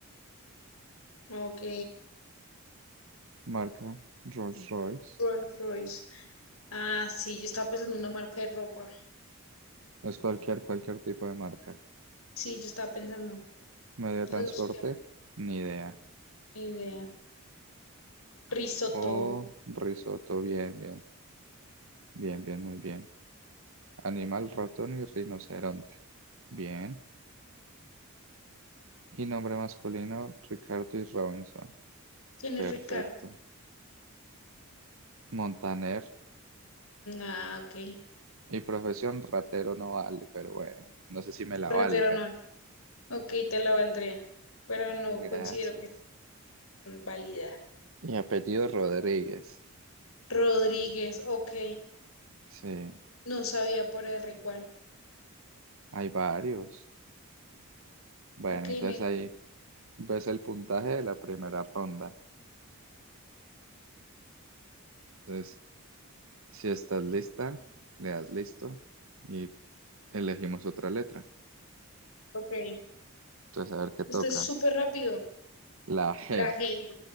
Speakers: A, on the left; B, on the right.
A: Ok.
B: Marca, Rolls Royce.
A: Rolls Royce. Ah, sí, yo estaba pensando en una marca de ropa.
B: Es cualquier, cualquier tipo de marca.
A: Sí, yo estaba pensando.
B: Medio de
A: Los
B: transporte,
A: dos, qué
B: ni idea.
A: idea. Risotto.
B: Oh, risotto, bien, bien. Bien, bien, muy bien. Animal, ratón y rinoceronte. Bien. Y nombre masculino, Ricardo y Robinson.
A: ¿Quién
B: Perfecto.
A: es Ricardo?
B: Montaner.
A: Ah, ok.
B: Y profesión, ratero no vale, pero bueno, no sé si me la
A: Rajas
B: valgan.
A: de la novia. Ok, te la valdría, pero no
B: Gracias.
A: considero que sea válida.
B: Y apellido Rodríguez.
A: Rodríguez, ok.
B: Sí,
A: No sabía por R cuál.
B: hay varios. Bueno,
A: Ok,
B: entonces
A: me,
B: ahí ves el puntaje de la primera ronda. Entonces, si estás lista, le das listo y elegimos otra letra.
A: ok.
B: Entonces, a ver qué toca.
A: Esto es súper rápido.
B: La G.
A: La G